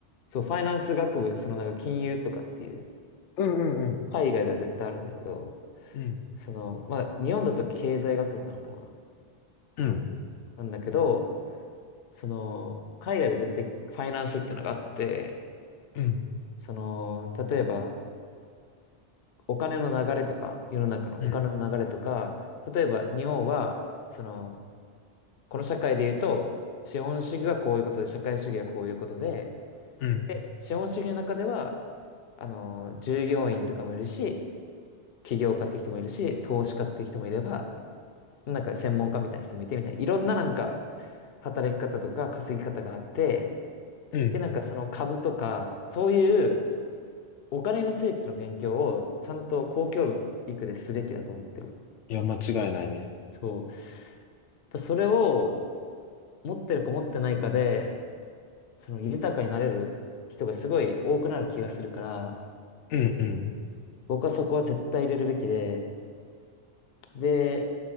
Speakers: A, on the left (about 60°); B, on the left (about 85°).
A: そう、ファイナンス学部、そのなんか金融とかっていう、
B: うんうんうん。
A: 海外では絶対あるんだけど、
B: うん。
A: その、まあ、日本だと経済学部なのかな
B: うん。
A: なんだけど、その、海外で絶対ファイナンスってのがあって、
B: うん。
A: その、例えば、お金の流れとか、世の中のお金の流れとか、
B: うん。
A: 例えば日本は、その、この社会で言うと、資本主義はこういうことで、社会主義はこういうことで、
B: うん。
A: 資本主義の中では、あの、従業員とかもいるし、起業家って人もいるし、投資家って人もいれば、なんか専門家みたいな人もいてみたいな、いろんななんか働き方とか稼ぎ方があって、
B: うん。
A: で、なんかその株とか、そういうお金についての勉強をちゃんと公教育ですべきだと思ってる。
B: いや、間違いないね。
A: そう。ぱそれを持ってるか持ってないかで、その豊かになれる人がすごい多くなる気がするから、
B: うんうん。
A: 僕はそこは絶対入れるべきで、で、